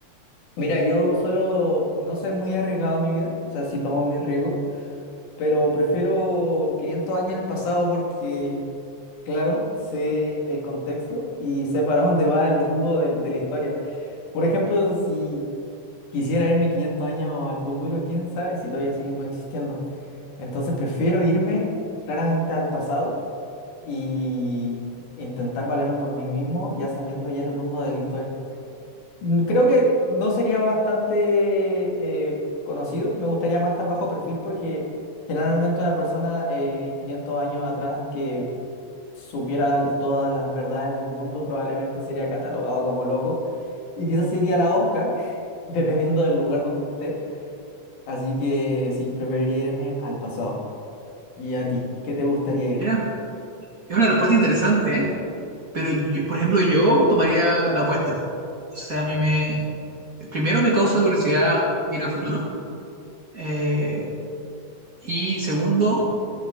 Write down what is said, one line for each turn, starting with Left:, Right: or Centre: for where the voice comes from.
Left: mira, yo solo no soy muy arriesgado en mi vida, o sea, sí tomo mi riesgo, pero prefiero 500 años en el pasado porque, claro, sé el contexto y sé para dónde va el rumbo de de la historia. Por ejemplo, si Quisiera irme 500 años al futuro, quién sabe si todavía seguimos existiendo. Entonces prefiero irme claramente al pasado y intentar valerme por mí mismo, ya sabiendo ya el rumbo de la historia. Mm, Creo que no sería bastante eh, conocido, me gustaría más estar bajo perfil porque generalmente una persona eh, en 500 años atrás que supiera l- todas las verdades del mundo probablemente sería catalogado como loco y quizás sería la horca, <laughs> dependiendo del lugar donde esté. Así que sí, preferiría irme al pasado. ¿Y a ti? ¿Qué te gustaría ir?
Right: Mira, es una respuesta interesante, ¿eh? Pero yo- por ejemplo, yo tomaría la opuesta. O sea, a mí me, Primero, me causa curiosidad ir al futuro. eh, y segundo,